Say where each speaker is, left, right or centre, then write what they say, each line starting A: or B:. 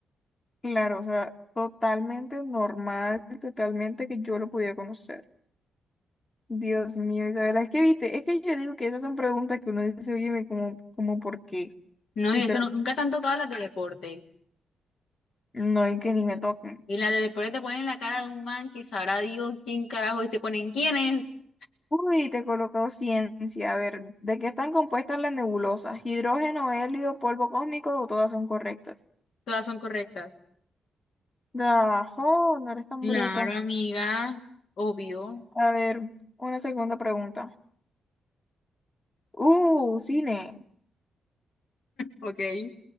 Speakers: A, on the left (about 35°); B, on the left (about 75°).
A: Claro, o sea, totalmente normal, totalmente que yo lo pudiera conocer. Dios mío, Isabela, es que viste, es que yo digo que esas son preguntas que uno dice, oye, como, como por qué.
B: No,
A: Literal,
B: y eso no- nunca te han tocado las de deporte.
A: no hay que ni me toquen.
B: Y la de después te ponen la cara de un man que sabrá Dios quién carajo y te ponen quiénes
A: Uy, te he colocado ciencia. A ver, ¿de qué están compuestas las nebulosas? ¿Hidrógeno, helio, polvo cósmico o todas son correctas?
B: Todas son correctas.
A: Dajo, no eres tan
B: Claro,
A: bruta.
B: amiga. Obvio.
A: A ver, una segunda pregunta. Uh, cine.
B: Ok.